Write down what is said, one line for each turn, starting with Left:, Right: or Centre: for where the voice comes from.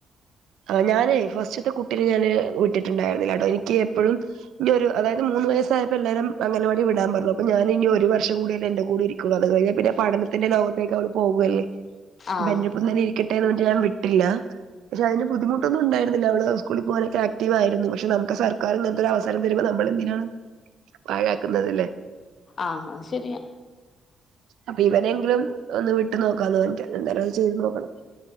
Right: ആഹ് ഞാനേ ഫസ്റ്റ്ത്തെ കുട്ടിനെ ഞാന് വിട്ടിട്ടിണ്ടായിരുന്നില്ലട്ടോ എനിക്ക് എപ്പഴും ഇനിയൊരു അതായത് മൂന്ന് വയസ്സായപ്പൊ എല്ലാരും അങ്ങനവാടീ വിടാൻ പറഞ്ഞു അപ്പൊ ഞാനിനി ഒരു വർഷം കൂടിയല്ലേ എന്റെ കൂടിരി ക്കുള്ളൂ അത് കഴിഞ്ഞാ പിന്നെ പഠനത്തിന്റെ ലോകത്തേക്ക് അവള് പോവ്വല്ലേ
Left: ആഹ്
Right: ബന്റൊപ്പം തന്നെ ഇരിക്കട്ടെന്ന് പറഞ്ഞട്ട് ഞാൻ വിട്ടില്ല പക്ഷെ അതിന് ബുദ്ധമുട്ടൊന്നും ഉണ്ടായ്രുന്നില്ല അവള് സ്കൂളി പോവാനൊക്കെ ആക്റ്റീവായിരുന്നു പക്ഷേ നമുക്ക്‌ സർക്കാരിങ്ങൻത്തൊരു അവ സരം വരുമ്പോ നമ്മളെന്തിനാണ് പാഴാക്കുന്നതില്ലേ
Left: ആഹ് അത് ശരിയാ
Right: അപ്പിവനെങ്കിലും ഒന്ന് വിട്ട് നോക്കാന്ന് പർഞ്ഞിട്ടെണ്ട് എന്തായാലും അത്‌ ചെയ്ത് നോക്കണം